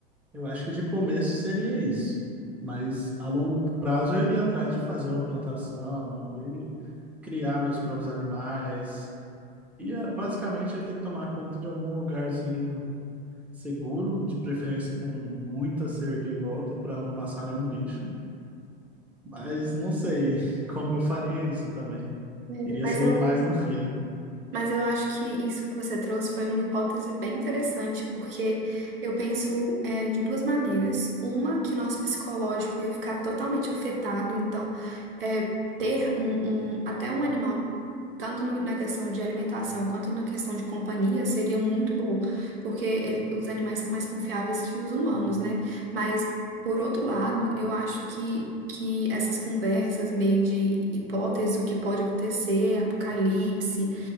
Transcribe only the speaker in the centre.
Eu acho que de começo seria isso. Mas a longo prazo eu iria atrás de fazer uma plantação, de criar meus próprios animais. E eh, basicamente ia ter que tomar conta de algum lugarzinho seguro, de preferência com muita cerca em volta, para não passar nenhum bicho. Mas não sei <laughs> como eu faria isso também.
Iria
ser
mais no feeling.